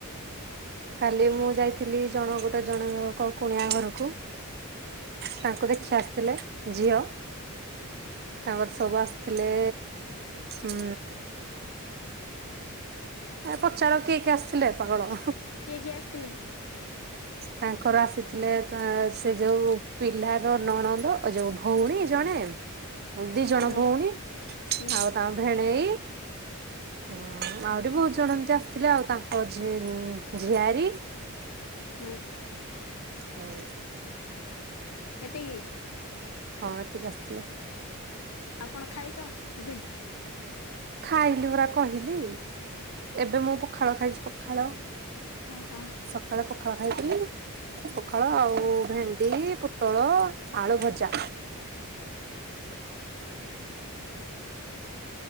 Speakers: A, on the right (about 45°); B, on the left (about 85°).
A: କାଲି ମୁଁ ଯାଇଥିଲି ଜଣ ଗୋଟେ ଜଣଙ୍କ କୁଣିଆ ଘରକୁ। ତାଙ୍କୁ ଦେଖି ଆସିଥିଲେ ଝିଅ। ତାଙ୍କର ସବୁ ଆସିଥିଲେ ଉଁ ଏ ପଚାର କିଏ କିଏ ଆସିଥିଲେ ପାଗଳ।
B: କିଏ କିଏ ଆସିଥିଲେ।
A: ତାଙ୍କର ଆସିଥିଲେ ସେ ଯୋଉ ପିଲାର ନଣନ୍ଦ ଯୋଉ ଭଉଣୀ ଜଣେ ଦି ଜଣ
B: ହଁ
A: ଭଉଣୀ
B: ହୁଁ
A: ଆଉ ତାଙ୍କ ଭେଣେଇ। ହଁ ଆହୁରି ବହୁତ ଜଣ ଏମତି ଆସିଥିଲେ ଆଉ ତାଙ୍କ ଝି ଝିଆରୀ।
B: ହୁଁ।
A: ହୁଁ।
B: ହେତିକି।
A: ହଁମ ଏତିକି ଆସିଥିଲେ।
B: ଆପଣ ଖାଇଛ ଏବେ।
A: ଖାଇଲି ପରା କହିଲି। ଏବେ ମୁଁ ପଖାଳ ଖାଇଛି ପଖାଳ।
B: ଓହୋ।
A: ସକାଳେ ପଖାଳ ଖାଇଥିଲି। ପଖାଳ ଆଉ ଭେଣ୍ଡି, ପୋଟଳ, ଆଳୁ ଭଜା।